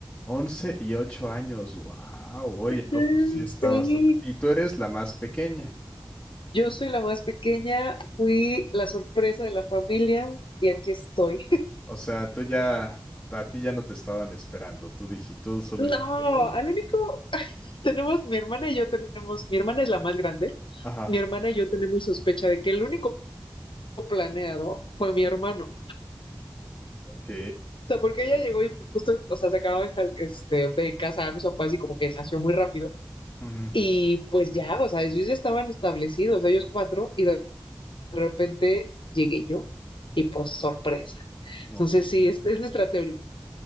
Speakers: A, on the left (about 20°); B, on the left (about 75°).
A: once y 8 años. Wow, oye, no,
B: Mm,
A: pues sí está
B: Sí,
A: bastante. Y tú eres la más pequeña.
B: Yo soy la más pequeña, fui la sorpresa de la familia y aquí estoy.
A: O sea, tú ya, a ti ya no te estaban esperando. Tú dijiste, tú solo
B: No,
A: dijiste, "Hola".
B: al único, tenemos, mi hermana y yo tenemos, mi hermana es la más grande,
A: Ajá,
B: mi hermana y yo tenemos sospecha de que el único planeado fue mi hermano.
A: ok.
B: O sea, porque ella llegó y pues justo, o sea, se acababan este, de casar mis papás y como que nació muy rápido.
A: ujú,
B: Y pues ya, o sea, ellos ya estaban establecidos, ellos cuatro, y de de repente llegué yo y pues sorpresa. Entonces
A: Ok.
B: sí, es, es nuestra teoría